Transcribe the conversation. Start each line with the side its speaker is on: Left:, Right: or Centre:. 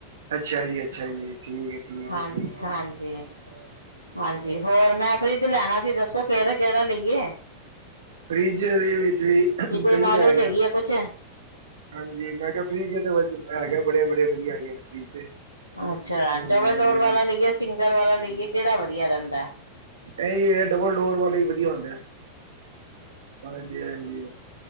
Right: ਅੱਛਾ ਜੀ ਅੱਛਾ ਜੀ ਠੀਕ ਹੈ, ਠੀਕ
Left: ਹਾਂਜੀ
Right: ਹੈ, ਠੀਕ ਹੈ
Left: ਹਾਂਜੀ ਹਾਂਜੀ ਹੋਰ ਮੈਂ ਫਰਿੱਜ ਲੈਣਾ ਸੀ ਦੱਸੋ ਕਿਹੜਾ ਲਈਏ
Right: ਫਰਿਜ ਦੇ ਵਿੱਚ ਵੀ
Left: ਦੀ ਕੋਈ
Right: ਕਈ
Left: ਨੌਲੇਜ
Right: ਆ ਗਿਆ
Left: ਹੈਗੀ ਹੈ ਕੁਛ
Right: ਹਾਂਜੀ ਮੈਂ ਕਿਹਾ ਫਰਿਜ ਤਾਂ ਵ ਹੈਗਾ ਬੜੇ ਬੜੇ ਵਧੀਆ ਹੈਗੇ ਨੇ ਫਰਿਜ ਤੇ
Left: ਅੱਛਾ
Right: ਹਾਂਜੀ
Left: ਡਬਲ ਡੋਰ
Right: ਹਾਂਜੀ
Left: ਵਾਲਾ ਲਈਏ ਸਿੰਗਲ ਵਾਲਾ ਲਈਏ ਕਿਹੜਾ ਵਧੀਆ ਰਹਿੰਦਾ
Right: ਇਹੀ ਇਹ ਡਬਲ ਡੋਰ ਵਾਲਾ ਹੀ ਵਧੀਆ ਹੁੰਦਾ ਹਾਂਜੀ ਹਾਂਜੀ